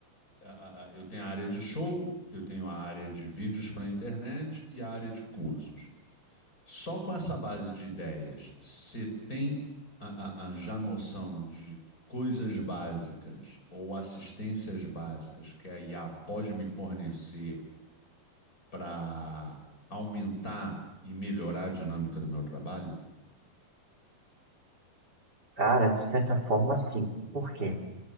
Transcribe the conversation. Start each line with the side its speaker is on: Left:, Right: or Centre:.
Left: a- a- eu tenho a área de show, eu tenho a área de vídeos para internet e a área de cursos. Só com essa base de ideias, você tem a, a- a já noção de coisas básicas ou assistências básicas que a IA pode me fornecer para aumentar e melhorar a dinâmica do meu trabalho?
Right: Cara, de certa forma, sim. Por quê?